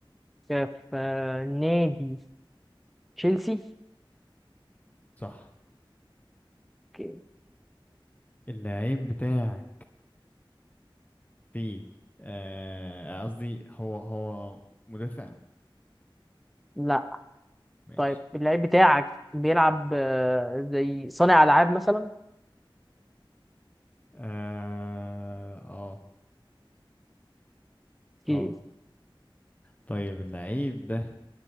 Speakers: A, in the centre; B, on the left (about 20°).
A: في نادي تشيلسي
B: صح
A: اوكي
B: اللعيب بتاعك في آه، قصدي هو هو مدافع
A: لا
B: ماشي
A: طيب اللعيب بتاعك بيلعب آه، زي صانع العاب مثلا
B: اه اه آه.
A: اوكي
B: طيب اللعيب ده